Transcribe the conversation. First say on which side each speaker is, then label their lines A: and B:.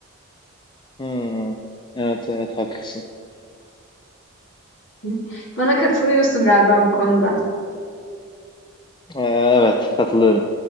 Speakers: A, on the left; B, on the left.
A: Hmm. Evet evet haklısın.
B: <laughs> Bana katılıyorsun galiba bu konuda.
A: Ee, Evet katılıyorum.